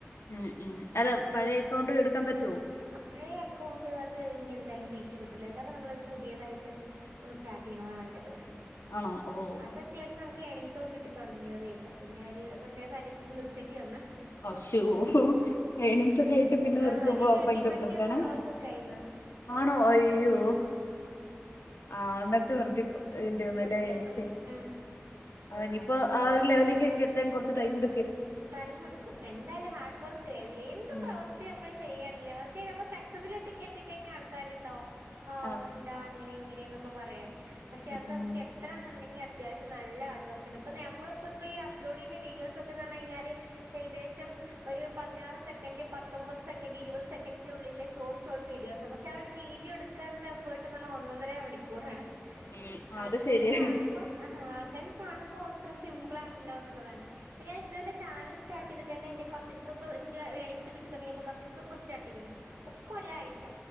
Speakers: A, on the left; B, on the right.
A: ആ ആഹ് അല്ല പഴയ അക്കൗണ്ട് എടുക്കാൻ പറ്റോ.
B: ആ പഴയ അക്കൗണ്ട് അത് ഇനി എന്തായാലും റീച്ച് കിട്ടൂല അല്ലാതെ നമ്മളിത് ഒരു പുതിയതായിട്ട്. ഒന്ന് സ്റ്റാർട്ട്യ്യ്ണതാ നല്ലത്.
A: ആണോ ഓഹോഹോ.
B: അത് അത്യാവശ്യം നമുക്ക് ഏണിങ്സൊക്കെ കിട്ടി തുടങ്ങിയതയിരുന്നു പിന്നെ ഒരു പ്രത്യേക സാഹചര്യൽ നിർത്തേണ്ടി വന്ന്.
A: അശോഹ് ഏണിങ്സ് ഒക്കെ ആയിട്ട് പിന്നെ
B: ആ
A: നിർത്തുമ്പോ.
B: അതില് ട്വന്റി
A: ഭയങ്കരബുദ്ധിമുട്ടാണേ
B: ഫൈവ് കെ ഫോളോവേഴ്സ് ഒക്കെ ആയിന്ന്
A: ആണോ അയ്യോ.
B: ഉം
A: ആഹ് ന്നിട്ട് നിർപ്പോ ഏണ്ടിവന്ന്ലെ
B: നിർത്തി
A: ഛേ.
B: ഉം
A: അതെങ്കി ഇനിയിപ്പോ ആ ഒരു ലെവലിലെക്കൊക്കെ എത്താൻ കുറച്ച് ടൈം എ
B: ടൈം എടുക്കും എന്തായാലും ഹാർഡ് വർക്ക് ചെയ്ത് എന്ത്
A: ഉം
B: പ്രവർ ത്തി നമ്മള് ചെയ്യയാണെങ്കിലും ഒക്കെ നമ്മള് സക്സസിൽ എത്തികഴിഞ്ഞാൽ ആൾക്കാരുണ്ടാവും ഹാവൂ
A: ഉം
B: എന്താ. അങ്ങനെ ഇങ്ങനെയന്നൊക്കെ പറയാന് പക്ഷെ അത്
A: ഉം
B: നമുക്കെ എത്രണുണ്ടെകിൽ അത്യാവശ്യം നല്ല ഹാർഡ് വർക്ക്ണ്ട് ഇപ്പൾ നമ്മളിപ്പപ്പോ ഈ അ്ലോഡ് ചെയ്യുന്ന വീഡിസൊക്കെ. ക്കെവന്നു കഴിഞ്ഞാൽ ഏകദേശം ഒരു പതിനാറ് സെക്കൻഡ് പത്തൊമ്പത്. സെ സെക്കന്റ് ഇരുവതു സെക്കന്റിന്റെ ഉള്ളിലെ ഷോട്ട് ഷോർ വീഡിയോസ് ആണ് പക്ഷേ ആ ഒരു വീഡിയോ എടുക്കാനുള്ള എഫേർട്ട് ന്ന് പറഞ്ഞാ ഒന്നര മണിക്ക ക്കൂറാണ്
A: ഉം
B: ആൾക്കാര്
A: അത് ശരിയ
B: കാണുമ്പോ. ആഹ് ആൾക്കാര് കാണുമ്പോൾ ഇത്ര സിമ്പിൾ ആണല്ലോ എന്നുള്ളതാണ് പിന്നെ ഞാൻ ഇ ചാനല് സ്റ്റാട്ട്തിട്ടെന്നെ എന്റെ കസിൻസൊക്കെ എനിക്ക് ഏണിങ്സ് കിട്ടി തൊങ്ങിയപ്പോ കസിൻസ് ഒക്ക സ്റ്റാർ്ട്ട്യ്തിന്. ഒക്ക ഒരാഴ്ച.